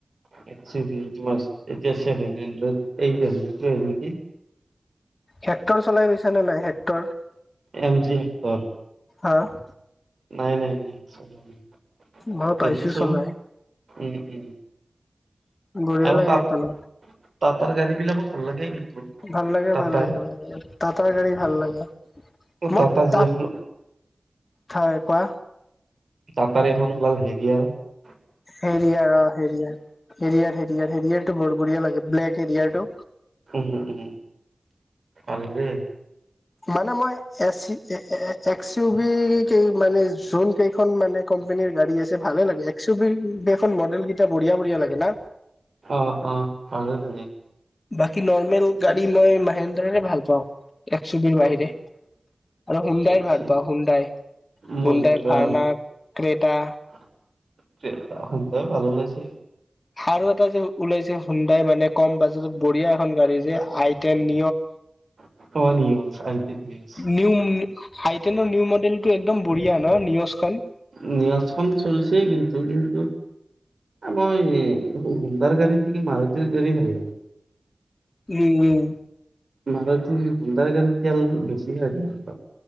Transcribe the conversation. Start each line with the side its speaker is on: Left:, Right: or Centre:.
Right: <unintelligible>
Left: হেক্টৰ চলাই গৈছে নে নাই হেক্টৰ?
Right: M G Hector.
Left: অ'।
Right: নাই নাই নাই <inaudible>
Left: মই
Right: দেখিছো।
Left: পাইছো চলাই।
Right: উম, উম।
Left: বঢ়িয়া
Right: আৰু
Left: লাগে
Right: তাত
Left: সেইখনো।
Right: টাটাৰ গাড়ী বিলাকো ভাল লাগে।
Left: ভাল লাগে,
Right: টাটাৰ
Left: ভাল লাগে ত গাড়ী ভাল লাগে। মই
Right: টাটা যি
Left: ত
Right: এখন
Left: হয় কোৱা?
Right: <unintelligible> এখন ওলাল হেৰি <unintelligible>
Left: হেৰিয়াৰ অ হেৰিয়াৰ হেৰিয়াৰ হেৰিয়াৰ হেৰিয়াৰটো বৰব়া লাগে ব্লেক হেৰিয়াৰটো।
Right: উম উম আলে
Left: মানে মই এ একচ ইউ বি ক মানে জোন কেইখন মানে কোম্পানীৰ গাডী আছে ভালে লাগে। এক্সপিল সেইখন মডেল কেইটা বঢ়িয়া বঢিয়া লাগে না?
Right: অ অ <unintelligible>
Left: বাকী নৰ্মেল গাড়ী
Right: ইটছ
Left: মই মাহেন্দাৰেৰে ভাল পাওঁ। এক ছুবিৰ
Right: অ
Left: বাহিৰে আৰু হুণ্ডাইৰ
Right: ইটছ
Left: ভাল পাওঁ হুডাই।
Right: মহিন্দ্ৰা
Left: হুণ্ডাই, ভাৰনা, ক্ৰেতা
Right: <unintelligible>
Left: আৰু এটা যে ওলাইছে সোনন্দাই মানে কম বাজেটত বঢ়িয়া এখন গাড়ী যে আইটন ন
Right: <unintelligible>
Left: নি হাইটেনৰ নিউ মডেল টো একদম বঢ়িয়া ন নিউজখন?
Right: নিৰচখন চলিছে কিন্তু কিন্তু মই সুন্দাৰ গাড়ী কি মাৰুতিৰ গাড়ী ভাল লাগে।
Left: উম উম।
Right: মাৰুতি সুন্দাৰ গাড়ীত তেল বেছি খাই।